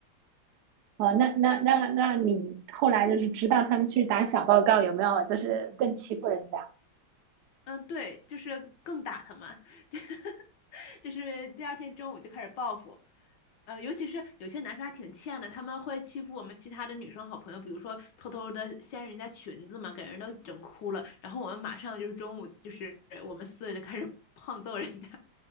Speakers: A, on the right; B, on the left.
A: 哦，那那那那你后来就是知道他们去打小报告有没有？就是更欺负人家？
B: 嗯，对，就是更打他们，<laughs> 就是第二天中午就开始报复。呃，尤其是有些男生还挺欠的，他们会欺负我们其他的女生好朋友，比如说偷偷的掀人家裙子嘛，给人都整哭了，然后我们马上就是中午就是我们四个就开始 <laughs> 胖揍人家，